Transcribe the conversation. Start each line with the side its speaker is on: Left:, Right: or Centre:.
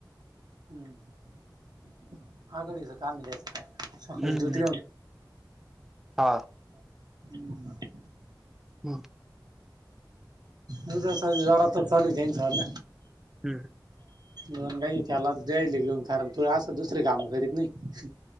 Right: हम्म आकळीस का नाही जास् काय सकाळी
Centre: हम्म
Right: जोती
Centre: हा
Right: हम्
Centre: हम्.
Right: दुधाच जोरातच चालू आहे त्याचा वाल
Centre: हम्.
Right: दोन गायी त्यालाच देईल घेऊन कारण तू असं दुसरे कामं करीत नाही.